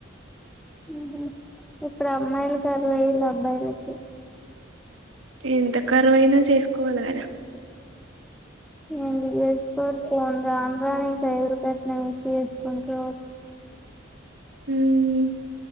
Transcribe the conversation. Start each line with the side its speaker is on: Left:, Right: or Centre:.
Centre: ఊహూ ఇప్పుడు అమ్మాయిల కరువైల్లు అబ్బాయిలకి
Right: ఎంత కరువైనా చేసుకోవల గద
Centre: ఏంటి చేసుకోరు ఫోన్ రాన్ రాన్ ఇంక ఎదురు కట్నం ఇ చేసుకుంట్రా
Right: ఉమ్